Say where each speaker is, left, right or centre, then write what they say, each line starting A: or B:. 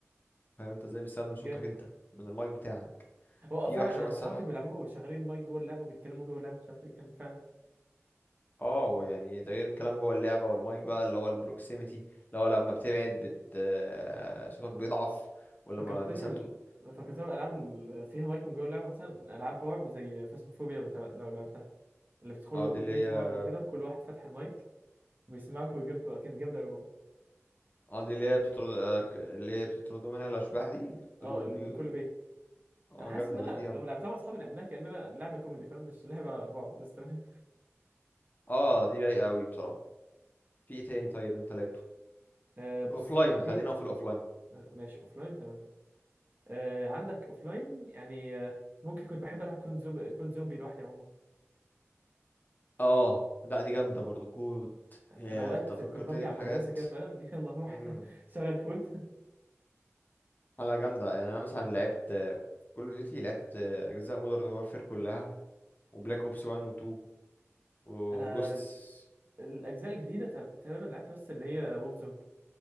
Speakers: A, on the left; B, on the right.
A: فاهم انت ازاي بيستخدم
B: جامد
A: صوتك انت من المايك بتاعك
B: هو آه،
A: في
B: فعلا
A: وحشة
B: انا
A: مثلا
B: صحابي كانوا بيلعبوها وشغالين مايك جوه اللعبه وبيتكلموا جوه اللعبه مش عارف ايه كان فعلا
A: اه يعني ده غير الكلام جوه اللعبة والمايك بقى اللي هو البروكسيميتي اللي هو لما بتبعد بت آه، صوتك بيضعف ولما
B: فكرتني
A: مثلا
B: بال
A: تك-
B: فكرتني بالالعاب اللي فيها مايك من جوه اللعبه مثلا العاب رعب زي فاسموفوبيا لو تع- لو لعبتها اللي بتدخلوا
A: اه دي
B: بيت
A: اللي هي
B: رعب وكده وكل واحد فاتح المايك بيسمعك ويجيلكوا كانت جامدة أوي برضه
A: اه دي اللي هي بتطرد آه، ك- اللي هي بتطردوا منها الأشباح دي اللي بتطرد
B: اه
A: البيو
B: اللي من كل بيت
A: اه
B: انا حاسس
A: جامدة
B: ان انا
A: لا دي جامدة
B: لما لعبتها مع اصحابي لعبناها كاننا لعبه كوميدي فاهم مش لعبه بعض بس تمام
A: اه دي رايقة أوي بصراحة في ايه تاني طيب انت لعبته
B: آه بص
A: لاين
B: كان في
A: خلينا في الأوفلاين
B: آه ماشي لاين تمام آه عندك لاين يعني آه ممكن كنت بحب العب كود زومبي كود زومبي لوحدي عموما
A: اه لا دي جامدة
B: آه،
A: برضو كود يا
B: انا اوقات
A: انت فكرتني
B: كنت برجع
A: بحاجات
B: من المدرسه كده فاهم <laughs> يلا روح
A: امم
B: شغل كود
A: على جامدة يعني انا مثلا لعبت كل اوف ديوتي لعبت اجزاء مودرن وارفير كلها وبلاك اوبس 1 و 2 وجوستس
B: انا الاجزاء الجديده تق- تقريبا لعبت بس اللي هي ووب زون